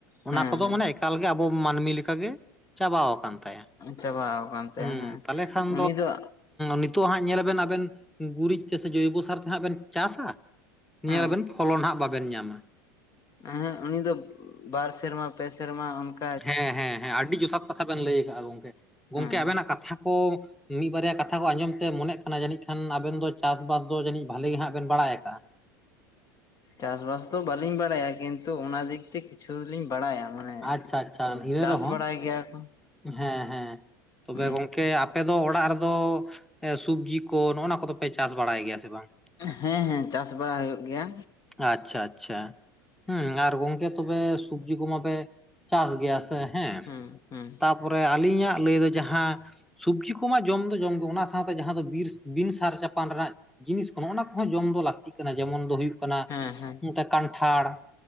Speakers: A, in the centre; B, on the left.
A: ᱚᱱᱟ
B: ᱦᱮᱸ
A: ᱠᱚᱫᱚ ᱢᱟᱱᱮ ᱮᱠᱟᱞᱜᱮ ᱟᱵᱚ ᱢᱟᱱᱢᱤ ᱞᱮᱠᱟ ᱜᱮ ᱪᱟᱵᱟᱣ ᱟᱠᱟᱱ ᱛᱟᱭᱟ᱾
B: ᱪᱟᱵᱟᱣ ᱠᱟᱱ ᱛᱟᱭᱟ
A: ᱦᱩᱸ
B: ᱦᱮᱸ
A: ᱛᱟᱦᱚᱞᱮ ᱠᱷᱟᱱ
B: ᱩᱱᱤ ᱫᱚ
A: ᱱᱤᱛᱚᱜ ᱦᱟᱸᱜ ᱧᱮᱞ ᱵᱮᱱ ᱟᱵᱮᱱ ᱜᱩᱨᱤᱡ ᱛᱮ ᱥᱮ ᱡᱚᱭᱵᱚ ᱥᱟᱨ ᱛᱮ ᱦᱟᱸᱜ ᱵᱮᱱ ᱪᱟᱥᱟ ᱧᱮᱞᱟᱵᱮᱱ
B: ᱦᱮᱸ
A: ᱯᱷᱚᱞᱚᱱ ᱦᱟᱸᱜ ᱵᱟᱵᱮᱱ ᱧᱟᱢᱟ᱾
B: ᱮᱦᱮᱜ ᱩᱱᱤ ᱫᱚ ᱵᱟᱨ ᱥᱮᱨᱢᱟ ᱯᱮ ᱥᱮᱨᱢᱟ ᱚᱱᱠ
A: ᱦᱮᱸ ᱦᱮᱸ ᱦᱮᱸ ᱟᱹᱰᱤ ᱡᱚᱛᱷᱟᱛ ᱠᱟᱛᱷᱟ ᱵᱮᱱ ᱞᱟᱹᱭ ᱟᱠᱟᱜ-ᱟ ᱜᱚᱝᱠᱮ, ᱜᱚᱝᱠᱮ
B: ᱦᱮᱸ
A: ᱟᱵᱮᱱᱟᱜ ᱠᱟᱛᱷᱟ ᱠᱚ ᱢᱤᱫ ᱵᱟᱨᱭᱟ ᱠᱟᱛᱷᱟ ᱠᱚ ᱟᱸᱡᱚᱢ ᱛᱮ ᱢᱚᱱᱮᱜ ᱠᱟᱱᱟ ᱡᱟᱹᱱᱤᱡ ᱠᱷᱟᱱ ᱟᱵᱮᱱ ᱫᱚ ᱪᱟᱥ-ᱵᱟᱥ ᱫᱚ ᱡᱟᱹᱱᱤᱡ ᱵᱷᱟᱞᱤ ᱜᱮ ᱦᱟᱸᱜ ᱵᱮᱱ ᱵᱟᱲᱟᱭ ᱟᱠᱟᱜ-ᱟ᱾
B: ᱪᱟᱥᱵᱟᱥ ᱫᱚ ᱵᱟᱞᱤᱧ ᱵᱟᱲᱟᱭᱟ ᱠᱤᱱᱛᱩ ᱚᱱᱟ ᱫᱤᱠ ᱛᱮ ᱠᱤᱪᱷᱩ ᱫᱩᱞᱤᱧ ᱵᱟᱲᱟᱭᱟ ᱦᱮᱸ
A: ᱟᱪᱪᱷᱟ ᱟᱪᱪᱷᱟ
B: ᱚᱭ
A: ᱤᱱᱟᱹ
B: ᱪᱟᱥ
A: ᱨᱮᱦᱚᱸ
B: ᱵᱟᱲᱟᱭ ᱜᱮᱭᱟ ᱠᱚ
A: ᱦᱮᱸ ᱦᱮᱸ ᱛᱚᱵᱮ
B: ᱦᱩᱸ
A: ᱜᱚᱝᱠᱮ ᱟᱯ ᱟᱯᱮ ᱫᱚ ᱚᱲᱟᱜ ᱨᱮᱫᱚ ᱥᱩᱵᱽᱡᱤ ᱠᱚ ᱱᱚᱜᱚ ᱱᱟ ᱠᱚᱫᱚ ᱯᱮ ᱪᱟᱥ ᱵᱟᱲᱟᱭ ᱜᱮᱭᱟ ᱥᱮ ᱵᱟᱝ?
B: ᱦᱮᱸ ᱦᱮᱸ ᱪᱟᱥ ᱵᱟᱲᱟ ᱦᱩᱭᱩᱜ ᱜᱮᱭᱟ᱾
A: ᱟᱪᱪᱷᱟ ᱟᱪᱪᱷᱟ ᱦᱮᱸ ᱟᱨ ᱜᱚᱝᱠᱮ ᱛᱚᱵᱮ ᱥᱩᱵᱡᱤ ᱠᱚᱢᱟ ᱯᱮ ᱪᱟᱥ ᱜᱮᱭᱟ ᱥᱮ ᱦᱮᱸ?
B: ᱦᱩᱸ ᱦᱩᱸ
A: ᱛᱟᱨᱯᱚᱨᱮ ᱟᱹᱞᱤᱧᱟᱜ ᱞᱟᱹᱭ ᱫᱚ ᱡᱟᱦᱟᱸ ᱥᱩᱵᱽᱯᱡᱤ ᱠᱚᱢᱟ ᱡᱚᱢ ᱫᱚ ᱡᱚᱢ ᱜᱮ ᱚᱱᱟ ᱥᱟᱶᱛᱮ ᱡᱟᱦᱟᱸ ᱫᱚ ᱵᱤᱨ ᱵᱤᱱ ᱥᱟᱨ ᱪᱟᱯᱟᱱ ᱨᱮᱱᱟᱜ ᱡᱤᱱᱤᱥ ᱠᱚ ᱱᱚᱜᱚ ᱱᱟ ᱠᱚᱦᱚᱸ ᱡᱚᱢ ᱫᱚ ᱞᱟᱹᱠᱛᱤᱜ ᱠᱟᱱᱟ ᱡᱮᱢᱚᱱ ᱫᱚ ᱦᱩᱭᱩᱜ ᱠᱟᱱᱟ
B: ᱦᱮᱸ ᱦᱮᱸ
A: ᱱᱚᱛᱮ ᱠᱟᱱᱴᱷᱟᱲ